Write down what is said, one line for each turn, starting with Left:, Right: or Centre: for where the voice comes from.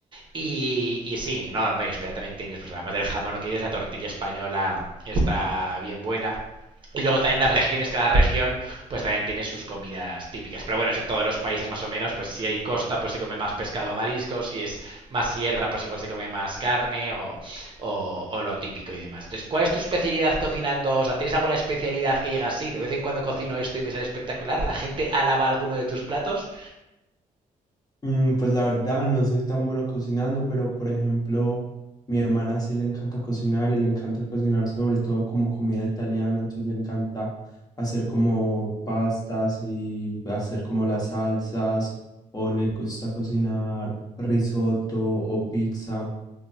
Right: Y, y sí, no, bueno, espera, también tienes, pues además del jamón, lo que dices, la tortilla española está bien buena. Y luego también las regiones, cada región pues también tiene sus comidas típicas. Pero bueno, eso en todos los países más o menos, pues si hay costa pues se come más pescado o marisco, si es más sierra pues igual se come más carne o, o, o lo típico y demás. Entonces, ¿cuál es tu especialidad cocinando? O sea, ¿tienes alguna especialidad que digas, sí, de vez en cuando cocino esto y me sale espectacular? ¿La gente alaba alguno de tus platos?
Left: Mm, Pues la verdad no soy tan bueno cocinando, pero por ejemplo, mi hermana sí le encanta cocinar y le encanta cocinar sobre todo como comida italiana, entonces le encanta hacer como pastas y hacer como las salsas, o le gusta cocinar risotto o pizza.